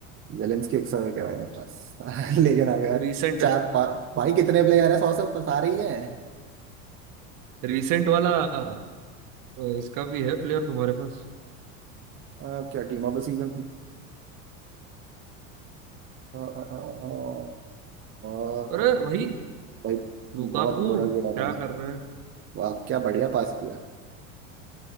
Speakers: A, on the right; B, on the right.
A: जेलेंस्की एक सौ विकेट है बस <laughs> लेकिन अगर
B: रीसेंट
A: चार पा, भाई कितने प्लेयर है सौ से ऊपर सारे ही हैं
B: रीसेंट <laughs> वाला अ, इसका भी है प्लेयर तुम्हारे पास
A: अब क्या टीम ऑफ द सीजन की। अ, अ, अ, अ, और और
B: अरे
A: और-
B: भाई
A: भाई
B: लुकाकू
A: बहुत बुरा
B: क्या
A: गिरा था मैं
B: कर रहा है <laughs>
A: वाह क्या बढ़िया पास किया